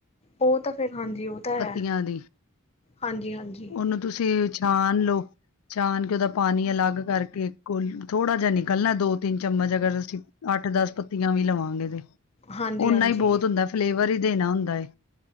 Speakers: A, on the left (about 30°); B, on the left (about 75°).
A: ਓਹ ਤਾਂ ਫਿਰ ਹਾਂਜੀ, ਓਹ ਤਾਂ
B: ਪੱਤੀਆਂ
A: ਹੈ,
B: ਦੀ
A: ਹਾਂਜੀ-ਹਾਂਜੀ।
B: ਉਹਨੂੰ ਤੁਸੀਂ ਛਾਣ ਲਓ। ਛਾਣ ਕੇ ਏਹਦਾ ਪਾਣੀ ਅਲੱਗ ਕਰਕੇ ਕੋਲ, ਥੋੜਾ ਜਿਹਾ ਨਿਕਲਣਾ ਦੋ -ਤਿੰਨ ਚਮਚ ਅਗਰ ਅਸੀਂ ਅੱਠ -ਦਸ ਪੱਤੀਆਂ ਵੀ ਲਵਾਂਗੇ ਤੇ,
A: ਹਾਂਜੀ
B: ਓਨਾ
A: ਹਾਂਜੀ
B: ਈ ਬੋਤ ਹੁੰਦਾ ਫਲੇਵਰ ਈ ਦੇਣਾ ਹੁੰਦਾ ਏ,